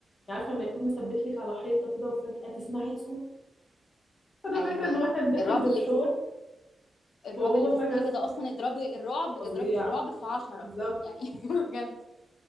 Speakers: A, on the left; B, on the left.
A: يعني عارفة لما يكون مثبت لك على حيطة كده وفجأة تسمعي صوت انا
B: ايوه
A: فاكرة ان هو كان داخل
B: الرعب
A: بفشار
B: اللي في الرعب
A: وهو
B: اللي في السينما
A: فجأة الصوت
B: ده اصلا اضربي الرعب
A: فظيع
B: اضربي في رعب في عشرة
A: بالظبط
B: يعني <laughs> بجد